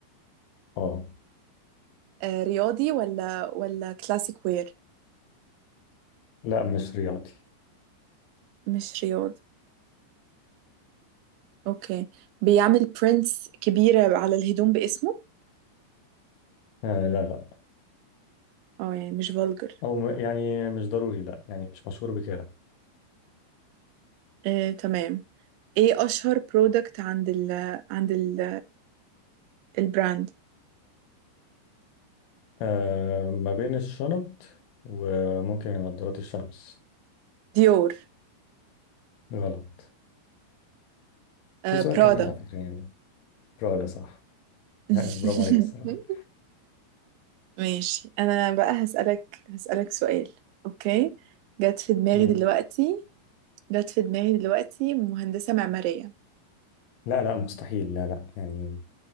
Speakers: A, on the left; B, on the right.
A: أه
B: أه رياضي ولا ولا كلاسيك وير
A: لا مش رياضي
B: مش رياضي اوكي بيعمل برينتس كبيرة على الهدوم باسمه
A: آه لا لا
B: اه يعني مش فولجر
A: او م- يعني مش ضروري لا يعني مش مشهور بكده
B: آه، تمام ايه اشهر برودكت عند ال عند ال البراند
A: آه ما بين الشنط وممكن نظارات الشمس
B: ديور
A: غلط
B: آه،
A: في سؤال
B: برادا
A: كمان على فكرة يعني برافو ده صح
B: <laughs>
A: يعني برافو عليك الصراحة
B: ماشي انا بقى هسألك هسألك سؤال اوكي جت في دماغي
A: ماشي
B: دلوقتي جت في دماغي دلوقتي مهندسة معمارية
A: لا لا مستحيل لا لا يعني